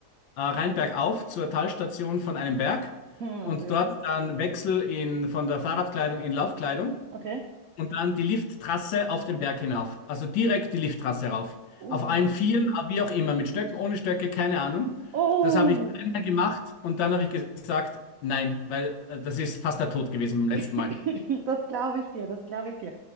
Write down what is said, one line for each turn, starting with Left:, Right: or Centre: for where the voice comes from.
Left: äh, rein bergauf zur Talstation von einem Berg
Right: hm,
Left: und
Right: sehr
Left: dort
Right: schön,
Left: dann Wechsel in, von der Fahrradkleidung in Laufkleidung
Right: okay.
Left: und dann die Lifttrasse auf den Berg hinauf. Also direkt die Lifttrasse rauf.
Right: Oh,
Left: Auf allen Vieren, wie auch immer, mit Stöcken, ohne Stöcke, keine Ahnung.
Right: oh.
Left: Das habe ich dreimal gemacht und dann habe ich gesagt, nein, weil äh, das ist fast der Tod gewesen beim letzten
Right: <laughs>
Left: Mal.
Right: Das glaube ich dir, das glaube ich dir.